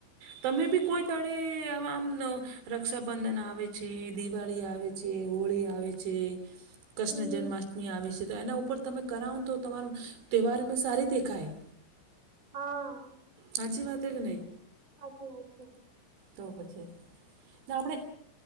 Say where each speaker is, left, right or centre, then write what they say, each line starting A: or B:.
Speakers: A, on the right; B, on the right.
A: તમે
B: હમ
A: બી કોઈ દાડે તે આમ રક્ષાબંધન આવે છે દિવાળી આવે છે હોળી આવે છે હ <unintelligible> કૃષ્ણ
B: હમ
A: જન્માષ્ટમી આવે છે તો એના ઉપર તમે કરાવોને તો તમારો તહેવાર અને સારી દેખાય
B: હા
A: સાચી વાત એ કે નહી
B: સાચી વાત છે
A: તો પછી આપણેે